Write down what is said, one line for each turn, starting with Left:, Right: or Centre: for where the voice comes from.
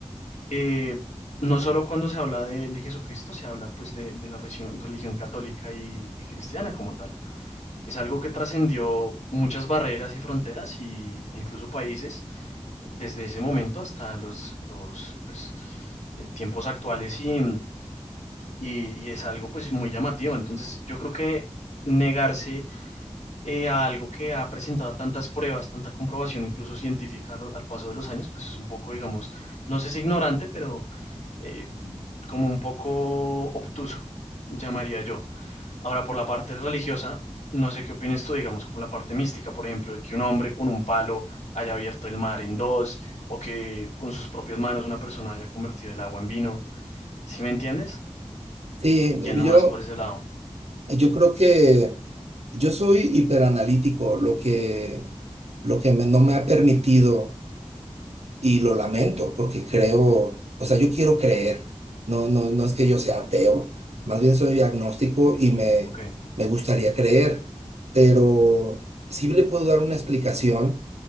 Left: Eh, no solo cuando se habla de, de Jesucristo, se habla pues de, de la religión, religión católica y, y cristiana como tal. Es algo que trascendió muchas barreras y fronteras y, e incluso países desde ese momento hasta los, los pues, eh, tiempos actuales y, y, y es algo pues muy llamativo. Entonces yo creo que negarse eh, a algo que ha presentado tantas pruebas, tanta comprobación incluso científica al, al paso de los años, pues es un poco, digamos, no sé si ignorante, pero eh, como un poco obtuso, llamaría yo. Ahora, por la parte religiosa, no sé qué opinas tú, digamos, con la parte mística, por ejemplo, de que un hombre con un palo haya abierto el mar en dos, o que con sus propias manos una persona haya convertido el agua en vino. ¿Sí me entiendes?
Right: Sí,
Left: Yendo más
Right: yo,
Left: por ese lado.
Right: yo creo que yo soy hiperanalítico, lo que, lo que me- no me ha permitido, y lo lamento, porque creo, o sea, yo quiero creer, no, no, no es que yo sea ateo, más bien soy agnóstico y me,
Left: Ok,
Right: me gustaría creer, pero sí le puedo dar una explicación.